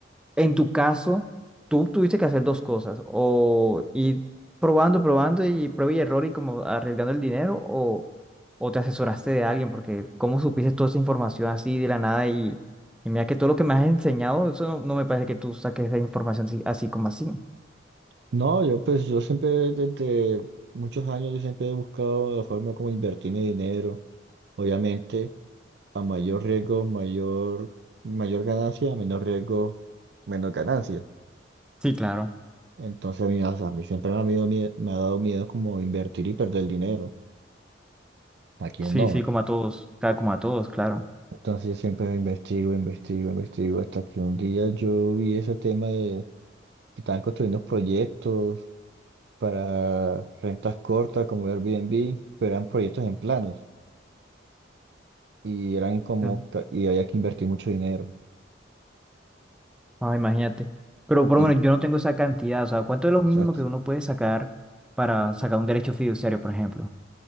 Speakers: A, in the centre; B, on the right.
A: en tu caso, tú tuviste que hacer dos cosas, o ir probando, probando y prueba y error y como arriesgando el dinero, o, o te asesoraste de alguien, porque cómo supiste toda esa información así de la nada y, y mira que todo lo que me has enseñado, eso no, no me parece que tú saques esa información así, así como así.
B: No, yo pues yo siempre desde muchos años yo siempre he buscado la forma como invertir mi dinero. Obviamente. A mayor riesgo, mayor, mayor ganancia, a menor riesgo, menor ganancia.
A: Sí, claro.
B: Entonces a mí, o sea, a mí siempre me ha, dado miedo, me ha dado miedo como invertir y perder dinero. ¿A quién
A: Sí,
B: no?
A: sí, como a todos, ca- como a todos, claro.
B: Entonces yo siempre investigo, investigo, investigo, hasta que un día yo vi ese tema de que estaban construyendo proyectos para rentas cortas como Airbnb, pero eran proyectos en planos y eran como,
A: Mm.
B: ca- y había que invertir mucho dinero.
A: Ah, imagínate. Pero por
B: En-
A: lo menos yo no tengo esa cantidad, o sea, ¿cuánto es lo mínimo
B: Exacto.
A: que uno puede sacar para sacar un derecho fiduciario, por ejemplo?